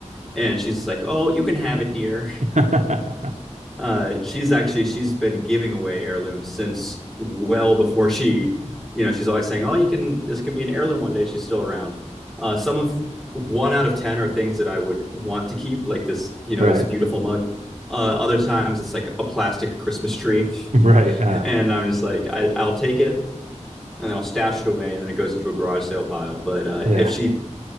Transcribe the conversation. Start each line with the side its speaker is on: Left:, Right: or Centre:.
Centre: and she's just like, "Oh, you can have it, dear."
Right: <laughs>
Centre: Uh, she's actually she's been giving away heirlooms since well before she, you know, she's always saying, "Oh, you can this can be an heirloom one day." She's still around. Uh, some of one out of ten are things that I would want to keep, like this, you know,
Right: Right.
Centre: this beautiful mug. Uh, other times it's like a plastic Christmas tree,
Right: Right.
Centre: <laughs>
Right: Uh,
Centre: and I'm just like, I, I'll take it and then I'll stash it away, and then it goes into a garage sale pile. But uh,
Right: yeah.
Centre: if she,